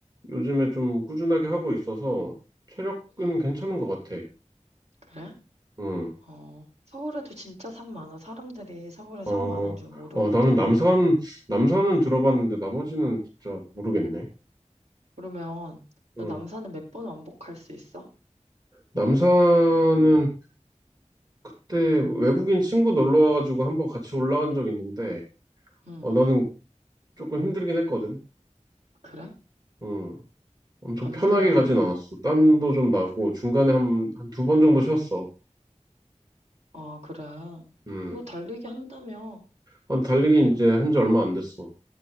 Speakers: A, on the right (about 35°); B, on the right (about 65°).
A: 요즘에 좀 꾸준하게 하고 있어서 체력은
B: 음,
A: 괜찮은 것 같아.
B: 그래?
A: 응.
B: 어, 서울에도 진짜 산 많아. 사람들이 서울에 산
A: 어,
B: 많은 줄 모르거든.
A: 어, 나는 남산, 남산은 들어봤는데 나머지는 진짜 모르겠네.
B: 그러면,
A: 응.
B: 너 남산을 몇 번 왕복할 수 있어?
A: 남산은 그때 외국인 친구 놀러 와가지고 한번 같이 올라간 적이 있는데,
B: 음,
A: 어, 나는 조금 힘들긴 했거든.
B: 그래?
A: 응. 엄청
B: 남산을
A: 편하게 가진 않았어. 땀도 좀 나고 중간에 한, 한 두 번 정도 쉬었어.
B: 아, 그래.
A: 음.
B: 너 달리기 한다며?
A: 한 달리기
B: 응.
A: 이제 한지 얼마 안 됐어.